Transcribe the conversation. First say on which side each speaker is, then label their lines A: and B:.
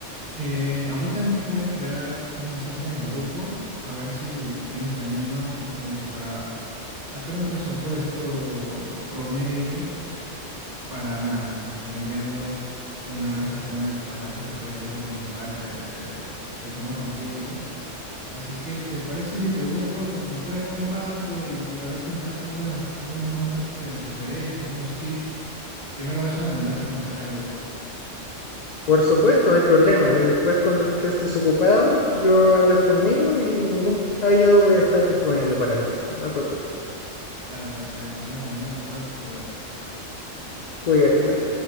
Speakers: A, on the right (about 35°); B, on the left (about 45°).
A: Eh, ahorita mismo voy a crear un mensaje en el grupo, a ver si quienes se animan y como que para sacar un presupuesto promedio para nada, pues estén ir viendo de una vez el tema de los pasajes, que creo que es lo principal, se, se, se toma con tiempo. Así que, ¿te parece si te vuelvo a contactar en un rato y para ver si me das algunas, algunas más este, sugerencias, unos tips? Primero déjame mandar este mensaje al grupo.
B: Por supuesto, no hay problema. Después, cuando estés desocupado, yo hablas conmigo y ningún... ahí yo voy a estar disponible para ti, Juan. No te preocupes.
A: Dale, Sebastián, entonces nos vemos al rato, cuídate.
B: Cuídate, igual.